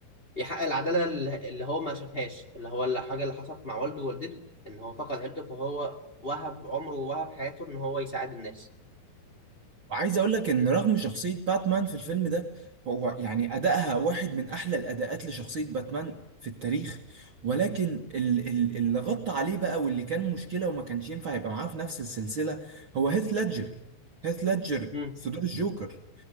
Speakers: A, on the left; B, on the right.
A: يحقق العداله اللي اللي هو ما شافهاش اللي هو الحاجه اللي حصلت مع والده ووالدته ان هو فقد عيلته فهو وهب عمره ووهب حياته ان هو يساعد الناس
B: وعايز اقول لك ان رغم شخصية باتمان في الفيلم ده هو يعني ادائها واحد من احلى الاداءات لشخصية باتمان في التاريخ ولكن ال- ال- اللي غطى عليه بقى واللي كان مشكلة وما كانش ينفع يبقى معاه في نفس السلسلة هو هيث ليدجر هيث ليدجر
A: امم
B: في دور الجوكر